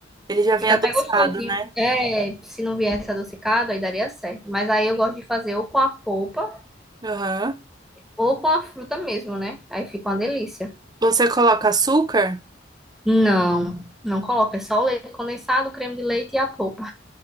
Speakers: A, on the right; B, in the centre.
A: Ele já
B: Fica
A: vem adoçado,
B: até gostosinho.
A: né?
B: É, se não viesse adocicado, aí daria certo. Mas aí eu gosto de fazer ou com a polpa
A: Aham.
B: ou com a fruta mesmo, né? Aí fica uma delícia.
A: Você coloca açúcar?
B: Não, não coloca. É só o leite condensado, o creme de leite e a polpa.